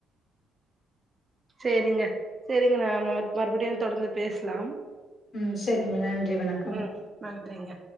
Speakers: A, on the right; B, on the left.
A: செரிங்க செரிங்க நாம மறுபடியு தொடந்து பேசலாம்
B: ம் செரிங்க நன்றி வணக்கம்
A: ம் நன்றிங்க